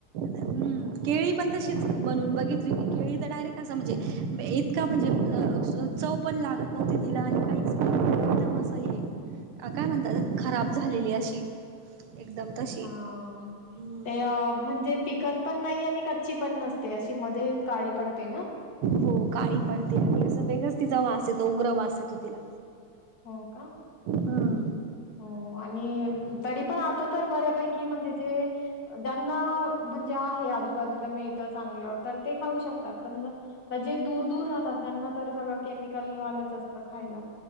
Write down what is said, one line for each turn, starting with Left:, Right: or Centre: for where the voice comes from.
Right: हं. केळी पण तशीच बनून बघितली होती. केळी तर डायरेक्ट असं म्हणजे बे इतका म्हणजे चव पण लागत नव्हती तिला आणि काहीच एकदम अस हे काय म्हणतात खराब झालेली अशी. एकदम तशी.
Left: हा.
Right: हं.
Left: अ, म्हणजे ते पिकत पण नाही आणि कच्ची पण नसते. ते अशी मध्ये काळी पडते ना.
Right: हो काळी पडते आणि असं वेगळंच तिचा वास येतो. उग्र वास येतो तिला.
Left: हो का?
Right: हां.
Left: हो. आणि तरी पण आता तर बऱ्यापैकी म्हणजे ते ज्यांना <unintelligible> जे आहे, आजूबाजूला मिळत चांगला तर ते खाऊ शकतात. पण जे दूर दूर राहतात त्यांना तर सगळं केमिकल वालंच असतं खायला.